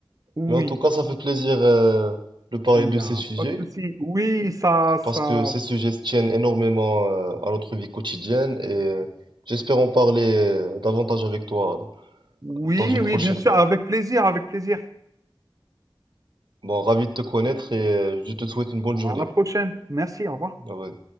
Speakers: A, on the right; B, on the right.
A: Oui,
B: Mais en tout cas, ça fait plaisir euh, de parler
A: il
B: de
A: n'y a
B: ces sujets,
A: pas de souci. Oui, ça,
B: parce
A: ça.
B: que ces sujets tiennent énormément euh, à notre vie quotidienne et euh, j'espère en parler euh, davantage avec toi
A: Oui,
B: dans une prochaine
A: oui, bien sûr,
B: fois.
A: avec plaisir, avec plaisir.
B: Bon, ravi de te connaître et euh, je te souhaite une bonne journée.
A: À la prochaine. Merci, au revoir.
B: Bye bye.